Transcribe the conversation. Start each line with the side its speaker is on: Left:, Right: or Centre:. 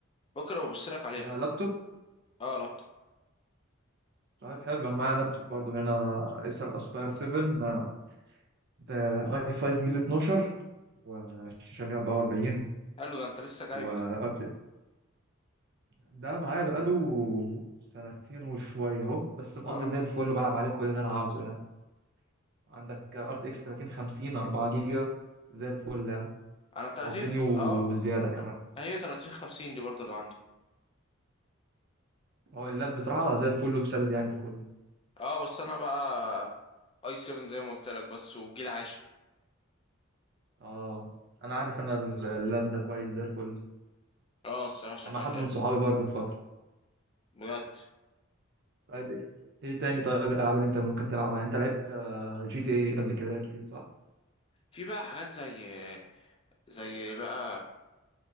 Left: ممكن ابقى ابص لك عليها
Right: ده لابتوب
Left: اه لابتوب
Right: طيب حلو انا معايا لابتوب برضو هنا ايسر اسباير 7 ده اي 5 جيل 12 وشاشة 144
Left: حلو ده انت لسه جايبه
Right: وأرت
Left: ده
Right: ده معايا بقاله سنتين وشوية اهو بس مقضي
Left: اه
Right: زي الفل وبلعب عليه كل اللي أنا عاوزه يعني عندك ار تي اكس 3050 4 جيجا زي الفل يعني
Left: انا التلاتين
Right: مقضيني وزيادة
Left: اه
Right: كمان
Left: هي تلاتين خمسين دي برضو اللي عندي
Right: هو اللاب بصراحة زي الفل وسدد يعني في كله
Left: اه بس انا بقى اي 7 زي ما قلت لك بس وجيل عاشر
Right: اه أنا عارف أنا اللاب ده كويس زي الفل
Left: اه الصراحه شغال
Right: كان مع حد
Left: حلو
Right: من صحابي برضه في فترة
Left: بجد
Right: طيب إيه إيه تاني طيب الألعاب اللي أنت ممكن تلعبها يعني أنت لعبت آه، جي تي اي قبل كده أكيد صح؟
Left: في بقى حاجات زي زي بقى